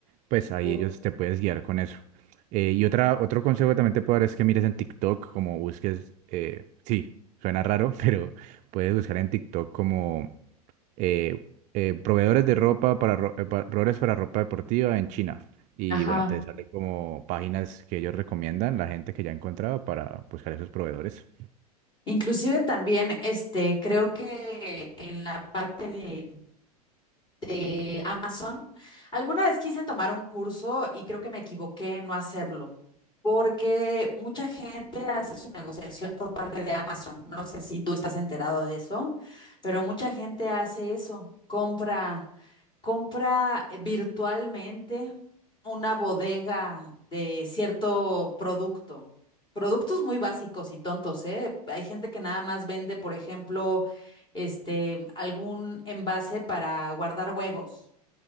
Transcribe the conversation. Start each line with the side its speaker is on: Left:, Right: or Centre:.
Right: Pues ahí
Left: Eh,
Right: ellos te puedes guiar con eso. Eh, y otra, otro consejo que también te puedo dar es que mires en TikTok, como busques, eh, sí, suena raro, <laughs> pero puedes buscar en TikTok como eh, eh, proveedores de ropa para, ro- eh, pa- proveedores para ropa deportiva en China. Y
Left: Ajá.
Right: bueno, te salen como páginas que ellos recomiendan, la gente que ya ha encontrado para buscar esos proveedores.
Left: Inclusive también, este, creo que en la parte de de Amazon. Alguna vez quise tomar un curso y creo que me equivoqué en no hacerlo, porque mucha gente hace su negociación por parte de Amazon. No sé si tú estás enterado de eso, pero mucha gente hace eso, compra, compra virtualmente una bodega de cierto producto. Productos muy básicos y tontos, ¿eh? Hay gente que nada más vende, por ejemplo, este, algún envase para guardar huevos